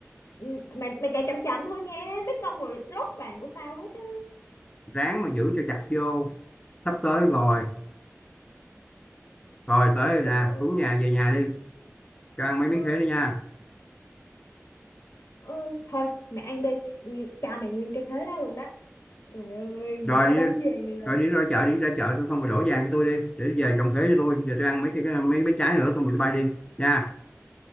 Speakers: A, on the left; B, on the left.
A: Ừ, mày mày chạy chậm chậm thôi nha. Mấy con rồi rớt vàng của tao hết á.
B: ráng mà giữ cho chặt vô sắp tới rồi rồi tới rồi
A: Trời
B: nè
A: ơi.
B: xuống nhà về nhà đi cho ăn
A: Ờ,
B: mấy miếng khế đi nha
A: ờ, thôi mẹ ăn đi Ừ, cha mày nguyên cái khế đó luôn đó trời ơi mình
B: rồi
A: có
B: đi
A: đống vàng này rồi
B: rồi đi ra chợ đi ra chợ xong rồi đổ vàng cho tôi đi để về trồng khế cho tôi giờ tôi ăn mấy cái cái- mấy mấy trái nữa xong rồi tôi bay đi nha